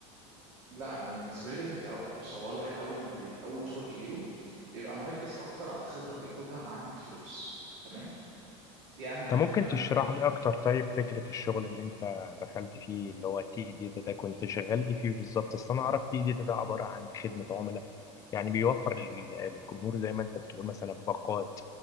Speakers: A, on the right; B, on the left.
A: لا انا بالنسبه لي انت أو- بص هو الواحد اول ما بي اول شغل بيجيله بيبقى مركز اكتر على الخبره اللي ياخدها عن الفلوس تمام دي اهم
B: انت
A: حاجه
B: ممكن
A: انا
B: تشرح
A: ب...
B: لي اكتر طيب فكرة الشغل اللي انت دخلت فيه اللي هو تي داتا ده كنت شغال ايه فيه بالظبط اصل انا اعرف تي داتا ده عبارة عن خدمة عملاء يعني بيوفر لل- للجمهور زي ما انت بتقول مثلا باقات